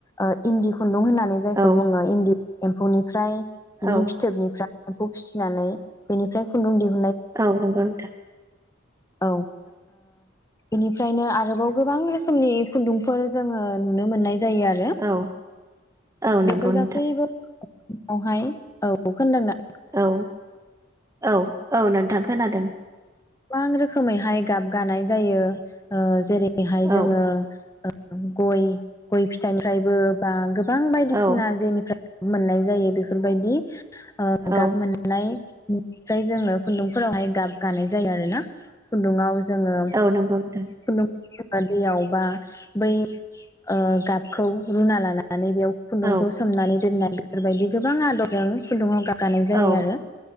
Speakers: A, on the left; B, on the right.
A: ओ इन्दि खु खुन्दुं होननानै जायखौ
B: औ
A: बुङो इन्दि एम्फौनिफ्राय बिनि
B: औ
A: फिथोबनिफ्राय एम्फौ फिसिनानै बेनिफ्राय खुन्दुं दिहु
B: औ नोंगौ नोंथां
A: औ बेनिफ्रायनो आरोबाव गोबां रोखोमनि खुन्दुंफोर जोङो नुनो मोननाय जायो आरो
B: औ औ नंगौ
A: बेफोर
B: नोंथां
A: गासैबो <unintelligible> हाय औ खोनादना
B: औ औ औ नोंथां खोनादों
A: गोबां रोखोमैहाय गाब गानाय जायो ओ जेरै बेहाय जोङो
B: औ
A: ओ उम गय गय फिथाइनिफ्रायबो बा गो बां बायदिसिना
B: औ
A: जेनिफ्रा मोननाय जायो बेफोरबायदि। ओ
B: औ
A: गाब मोननाय बेनिफ्राय जोङो खुन्दुंफोरावहाय गाब गानाय जायो आरो ना खुन्दुङाव जोङो
B: औ नंगौ नोंथां
A: खुन्दुं दैयाव बा बै ओ गाबखौ रुना लानानै बेयाव खुन्दुंखौ
B: औ
A: सोमनानै दोननाय बि बेफोरबायदि गोबां आदबजों खुन्दुङाव गाब गानाय जायो
B: औ
A: आरो